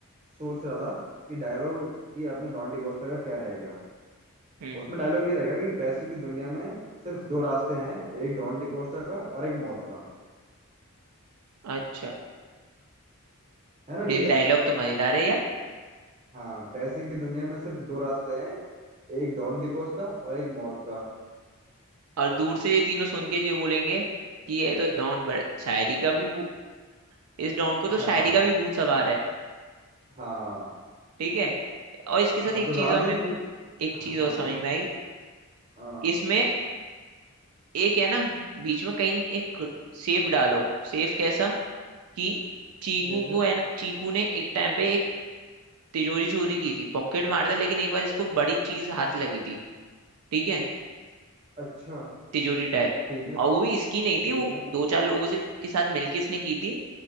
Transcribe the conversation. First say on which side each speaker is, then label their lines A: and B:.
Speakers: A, on the right; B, on the right.
A: सोच रहा था कि डायलॉग ये अपने डॉन डिकोस्टा का क्या रहेगा
B: हम्म
A: उसमें डायलॉग ये रहेगा कि पैसे की दुनिया में सिर्फ दो रास्ते हैं एक डॉन डिकोस्टा का और एक मौत का
B: अच्छा
A: है ना
B: ये
A: ठीक है
B: डायलॉग तो मजेदार है यार
A: हाँ पैसे की दुनिया में सिर्फ दो रास्ते हैं एक डॉन डिकोस्टा और एक मौत का
B: और दूर से ये तीनों सुन के ये बोलेंगे कि ये तो डॉन बड़े शायरी का भी भू- इस डॉन को तो
A: हाँ
B: शायरी का भी भूत सवार है
A: हाँ
B: ठीक है और इसके साथ
A: हाँ
B: एक
A: तो राजू
B: चीज और मेरे को एक
A: हाँ
B: चीज और समझ
A: बताओ
B: में आई
A: हाँ
B: इसमें एक है ना बीच में कहीं एक सेफ डालो सेफ कैसा कि चीकू
A: कैसे
B: को है ना चीकू ने एक टाइम पे एक तिजोरी चोरी की थी पॉकेट मारता लेकिन एक बार इसको बड़ी चीज हाथ लगी थी ठीक है
A: अच्छा
B: तिजोरी टाइप
A: ठीक है
B: और वो भी इसकी
A: ठीक
B: नहीं थी वो
A: है
B: दो चार लोगों से के साथ मिलके इसने की थी